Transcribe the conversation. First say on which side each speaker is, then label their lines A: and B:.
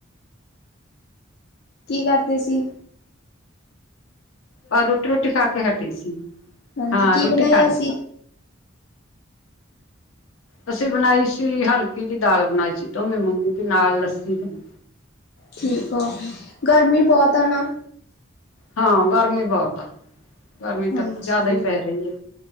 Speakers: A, on the left (about 55°); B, on the left (about 85°).
A: ਕੀ ਕਰਦੇ ਸੀ।
B: ਬ ਰੋਟੀ ਰੋਟੀ ਖਾ ਕੇ ਹਟੀ ਸੀ,
A: ਹਾਂਜੀ
B: ਹਾਂ
A: ਕੀ
B: ਰੋਟੀ
A: ਬਣਾਇਆ
B: ਖਾ ਲਈ।
A: ਸੀ?
B: ਅਸੀ ਬਣਾਈ ਸੀ, ਹਲਕੀ ਦੀ ਦਾਲ ਬਣਾਈ ਸੀ, ਧੋਮੀ ਮੂੰਗੀ ਦੀ ਨਾਲ ਲੱਸੀ ਦਹੀ।
A: ਠੀਕ ਆ, ਗਰਮੀ ਬਹੁਤ ਆ ਨਾ।
B: ਹਾਂ ਗਰਮੀ ਬਹੁਤ ਆ, ਗਰਮੀ
A: ਹਾਂਜੀ
B: ਤਾਂ ਜ਼ਿਆਦਾ ਹੀ ਪੈ ਰਹੀ ਐ।